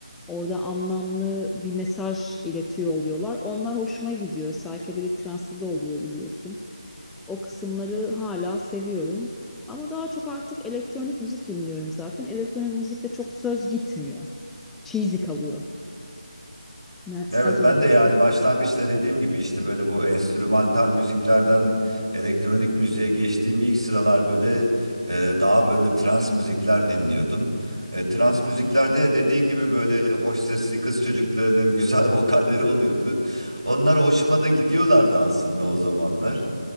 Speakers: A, in the centre; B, on the right.
A: Orada anlamlı bir mesaj iletiyor oluyorlar. Onlar hoşuma gidiyor. Psychedelic trance'da da oluyor biliyorsun. O kısımları hala seviyorum. Ama daha çok artık elektronik müzik dinliyorum zaten. Elektronik müzikte çok söz gitmiyor cheesy kalıyor. Ne, sence
B: Evet ben
A: ne dersin?
B: de yani başlangıçta dediğim gibi işte böyle bu enstrümantal müziklerden elektronik müziğe geçtiğim ilk sıralar böyle e, daha böyle trans müzikler dinliyordum. E, trans müziklerde de dediğin gibi böyle hoş sesli kız çocuklarının <laughs> güzel vokalleri oluyordu. Onlar hoşuma da gidiyorlardı aslında o zamanlar.